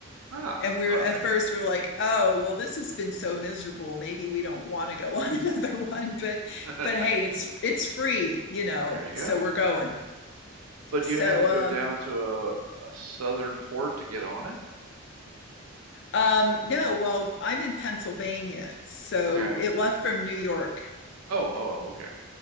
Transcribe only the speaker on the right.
ah,
all
right.
<laughs>
There you go.
But
you had to
go down to a, a southern port to get on it?
Okay.
Oh, oh, oh, okay.